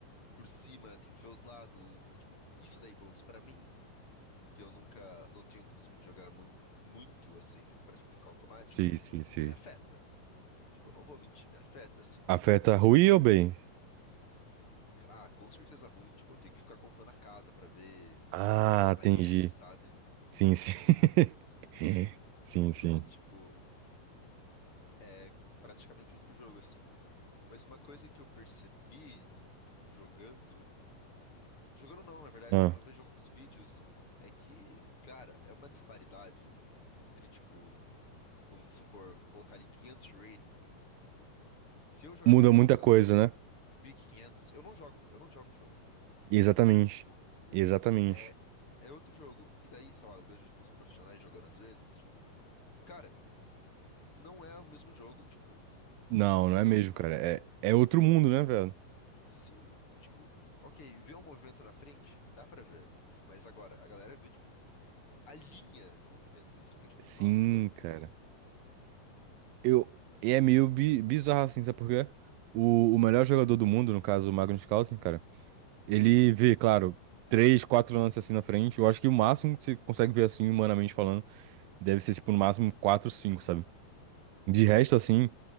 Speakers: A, on the left (about 35°); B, on the right (about 80°).
A: por cima, tem que ver os lados, e tipo, isso daí, pelo menos pra mim, que eu nunca, não tenho o costume de jogar muito, muito assim, pra tipo, ficar automático,
B: Sim, sim, sim.
A: me afeta. Tipo, eu não vou mentir, me afeta, assim.
B: Afeta ruim ou bem?
A: Ah, com certeza ruim, tipo, eu tenho que ficar contando a casa pra ver
B: Ah,
A: se o cavalo tá
B: entendi.
A: em L, sabe?
B: Sim, sim. <laughs> Sim,
A: Então
B: sim.
A: é tipo, É, é praticamente outro jogo, assim. Mas uma coisa que eu percebi jogando. Jogando não, na verdade,
B: Ah.
A: quando eu vejo alguns vídeos, é que, cara, é uma disparidade entre, tipo, vamos supor, colocar ali 500 de rating. Tipo, se eu jogar
B: Muda
A: contra
B: muita
A: alguém que só
B: coisa,
A: tem
B: né?
A: 1500, eu não jogo, eu não jogo o jogo.
B: Exatamente.
A: Tipo, o-
B: Exatamente.
A: é, é outro jogo. E daí, sei lá, eu vejo, tipo, os profissionais jogando às vezes, tipo, cara, não é o mesmo jogo, tipo,
B: Não, não
A: não.
B: é mesmo, cara. É, é outro mundo, né, velho?
A: Sim, tipo, ok, ver um movimento na frente, dá pra ver. Mas agora, a galera vê, tipo, a linha de movimentos. Aí você fica tipo,
B: Sim,
A: nossa,
B: cara. Eu, e é meio bi- bizarro, assim, sabe por quê? O, o melhor jogador do mundo, no caso, o Magnus Carlsen, cara, ele vê, claro, três, quatro lances assim na frente. Eu acho que o máximo que você consegue ver, assim, humanamente falando, deve ser, tipo, no máximo quatro, cinco, sabe? De resto, assim,